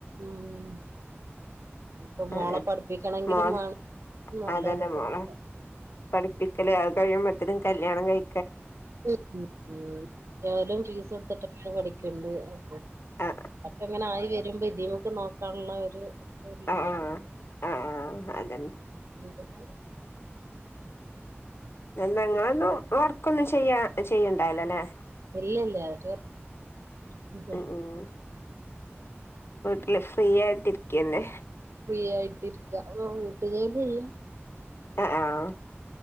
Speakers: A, on the right; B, on the left.
A: ഉം നിപ്പൊ മോളെ
B: അതെ
A: പഠിപ്പിക്കണെങ്കിലും
B: മോൾ
A: വേണം നല്ലൊരു
B: അതന്നെ
A: സംഖ്യ
B: മോളെ പഠിപ്പിക്കല് അത് <unintelligible> കല്യാണം കഴി
A: ഉം ഉം ഉം ന്നാലും ഫിസൊടുത്തെക്കെ പഠിക്കുളു ണ്ടു അഹ്
B: ആ
A: പ്പ ങ്ങനെ ആയി വേ വരുമ്പോ ഇതീമക്ക് നോക്കാനുള്ള ഒരു തുല്ല
B: ആ ആ ആ അതന്നെ
A: <unintelligible>
B: ഞങ്ങളൊന്നും പ്പൊ വർക്ക് ഒന്നും ചെയ്യാ ചെയ്യുണ്ടാവുല്ല ല്ലേ?
A: ഇല്ല ഇല്ല <unintelligible>
B: ഉം ഉം അല്ല ഫ്രീ ആയിട്ടിരിക്കന്നെ
A: ഫ്രീ ആയിട്ടിരിക്ക ഓ വീട്ടൂ ജോലി ചെയ്യ
B: ആ